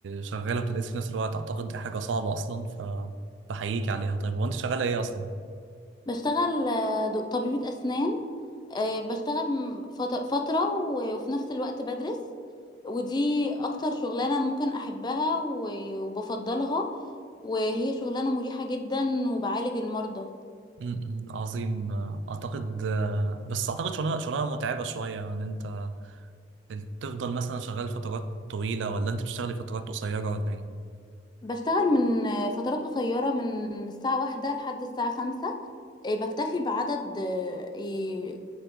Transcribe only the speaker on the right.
شغاله بتدرسي في نفس الوقت اعتقد دي حاجه صعبه اصلا ف بحييك عليها طيب هو انت شغاله ايه اصلا
م- م، عظيم آه، اعتقد آه، بس اعتقد شغلانه شغلانه متعبه شويه ان انت انت تفضل مثلا شغال فترات طويلة ولا انت بتشتغلي فترات قصيرة ولا ايه؟